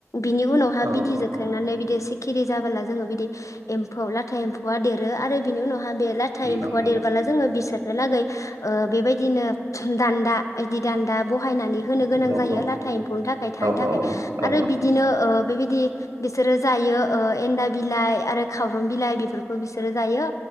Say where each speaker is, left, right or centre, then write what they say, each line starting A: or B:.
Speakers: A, on the left; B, on the right.
A: बिनि उनावहााय
B: औ
A: बिदै
B: औ
A: जोखांनानै
B: औ
A: बिदि सिखिरि जाबोला जोङो बिदि एम्फौ लाथा एम्फौआ देरो आरो बिनि उनाव आहा बे लाथा
B: नंगौ
A: एम्फौआ
B: नंगौ
A: देरबोला जोङो बिसो लागै ओ बेबायदिनो दान्दा बिदि दान्दा बहायनानै होनो गोनां
B: औ
A: जायो लाथा एम्फौनि थाखाय थानो
B: औ
A: थाखाय
B: औ औ
A: आरो बिदिनो ओ बेबायदि बिसोरो जायो ओ एन्दा बिलाइ आरो खारं बिलाइ बेफोरखौ बिसोरो जायो।